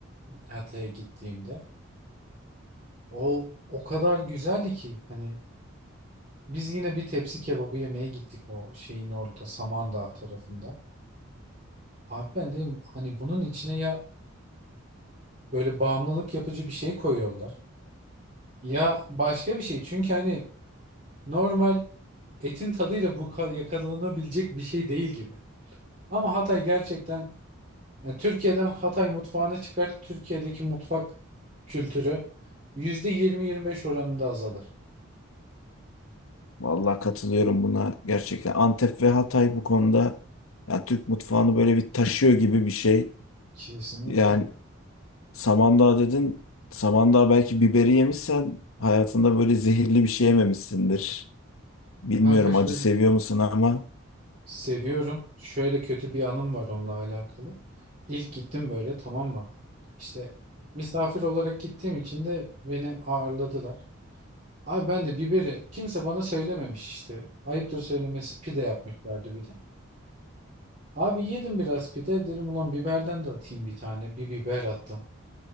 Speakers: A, on the right; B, on the left.
A: Hatay'a gittiğimde o o kadar güzeldi ki hani biz yine bir tepsi kebabı yemeye gittik o şeyin orada Samandağ tarafında. Abi ben dedim hani bunun içine ya böyle bağımlılık yapıcı bir şey koyuyorlar ya başka bir şey. Çünkü hani normal etin tadıyla bu ka- yakalanabilecek bir şey değil gibi. Ama Hatay gerçekten Yani Türkiye'den Hatay mutfağını çıkar, Türkiye'deki mutfak kültürü %20-25 oranında azalır.
B: Vallahi katılıyorum buna gerçekten. Antep ve Hatay bu konuda yani Türk mutfağını böyle bir taşıyor gibi bir şey.
A: Kesinlikle.
B: Yani Samandağ dedin. Samandağ belki biberi yemişsen hayatında böyle zehirli bir şey yememişsindir. Bilmiyorum
A: Kanka şöyle
B: acı seviyor musun ama.
A: seviyorum. Şöyle kötü bir anım var onunla alakalı. İlk gittim böyle tamam mı? İşte misafir olarak gittiğim için de beni ağırladılar. Ay ben de biberi kimse bana söylememiş işte. Ayıptır söylemesi pide yapmışlardı bir de. Abi yedim biraz pide dedim ulan biberden de atayım bir tane. Bir biber attım.